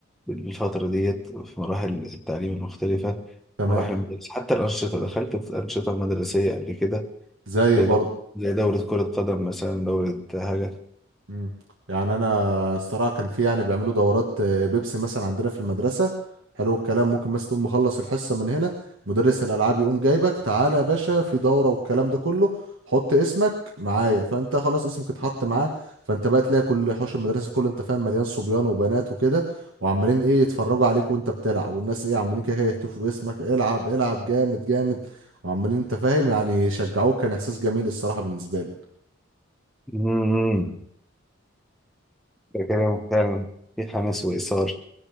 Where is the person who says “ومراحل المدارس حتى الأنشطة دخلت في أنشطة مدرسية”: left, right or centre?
Centre